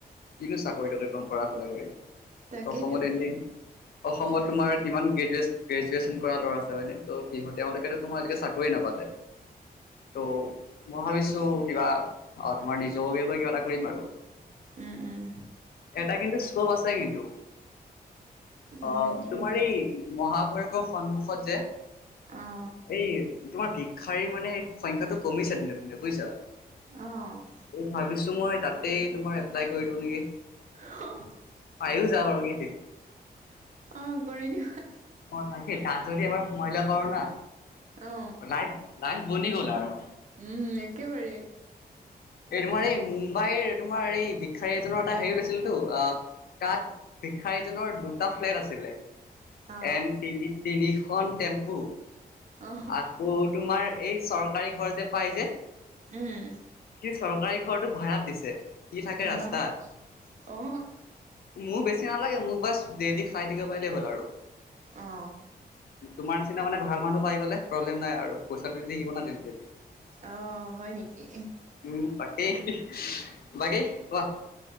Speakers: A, on the left; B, on the right.
A: কিনো চাকৰি তাকৰি পাম পঢ়া শুনা কৰি?
B: তাকেইতো
A: অসমত এনেই, অসমত
B: আজি
A: তোমাৰ কিমান গ্ৰেজুৱে গ্ৰেজুৱেশ্যন কৰা ল'ৰা আছে হয় ত' সিহঁ তেওঁলোকেতো তোমাৰ এতিয়া চাকৰি নাপালে। ত' মই ভাবিছো কিবা তোমাৰ নিজৰেৈ কিবা এটা কৰিম আৰু
B: উম উম
A: এটা কিন্তু স্কপ আছে কিন্তু
B: উম
A: আহ,
B: কি
A: তোমাৰ এই মহাভাৰতৰ সন্মুখত যে
B: অ
A: এই তোমাৰ ভিক্ষাৰীৰ মানে সংখ্যাটো কমিছে দিনক দিনে বুজিছা।
B: অঁ।
A: ভাবিছো মই তাতেই তোমাৰ এপ্লাই কৰি দিওঁ নেকি।
B: আহ <inaudible>
A: আহ যাবাৰ কি <inaudible>
B: অ কৰি দিবা।
A: অ তাকে তাত যদি এবাৰ সোমাই লব পাৰো না,
B: অ
A: লাইফ - লাইফ বনি গ'ল আৰু।
B: উম একেবাৰে।
A: এই তোমাৰ এই মুম্বাইৰ তোমাৰ এই ভিক্ষাৰী এজনৰ এটা হেৰি লৈছিল টো আহ তাত, ভিক্ষাৰীজনৰ দুটা ফ্লেট আছিলে।
B: অ
A: এন, তিনি-তিনিখন টেম্পু।
B: অ
A: আকৌ, তোমাৰ এই, চৰকাৰী ঘৰ যে, পাই যে।
B: উম
A: কি চৰকাৰী ঘৰটো ভাড়াত দিছে? কি থাকে ৰাস্তাত?
B: বাহ অ
A: মোৰ বেছি নালাগে, মোক বাচ, দেইলি খাই থাকিব পাৰিলেই হ'ল আৰু।
B: অ
A: তোমাৰ নিচিনা মানে, ভাল মানুহ! পাই গ'লে প্ৰব্লেম নাই আৰু। পইচাটো দি থাকিব না দেইলি-দেইলি।
B: অ হয় নেকি
A: উম! পাটেই। <unintelligible> বাকী, কোৱা?